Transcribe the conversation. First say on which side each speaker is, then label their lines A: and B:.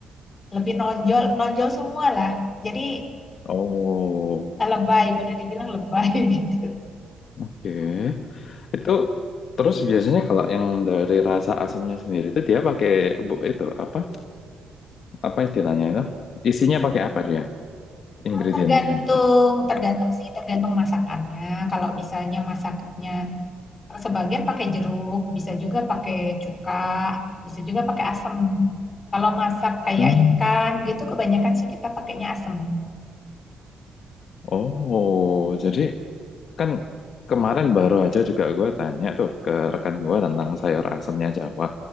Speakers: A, on the left; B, on the left.
A: lebih nonjol nonjol semua lah. Jadi
B: Oh,
A: eh, lebay boleh dibilang lebay <laughs> gitu.
B: oke. Itu terus biasanya kalau yang dari rasa asamnya sendiri itu dia pakai bu itu apa? Apa istilahnya itu? Isinya pakai
A: Mm.
B: apa dia? Ingredientsnya
A: Tergantung
B: gitu.
A: tergantung sih tergantung masakannya. Kalau misalnya masakannya sebagian pakai jeruk, bisa juga pakai cuka, bisa juga pakai asem. Kalau masak kayak
B: Hmm.
A: ikan gitu, kebanyakan sih kita pakainya asem.
B: Oh, jadi kan kemarin baru aja juga gue tanya tuh ke rekan gue tentang sayur asamnya Jawa.